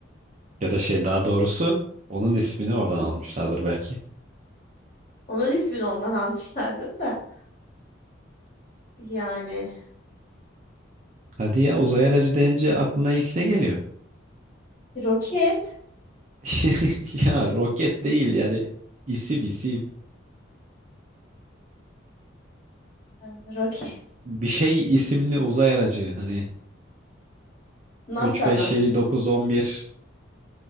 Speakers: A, on the right (about 35°); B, on the left (about 35°).
A: Ya da şey daha doğrusu onun ismini oradan almışlardır belki.
B: Onun ismini ondan almışlardır da. Yani
A: Hadi ya uzay aracı deyince aklına ilk ne geliyor?
B: roket,
A: <laughs> Ya roket değil yani isim isim.
B: yani roket,
A: Bir şey isimli uzay aracı hani
B: NASA
A: 3 5
B: mı?
A: 7 9 11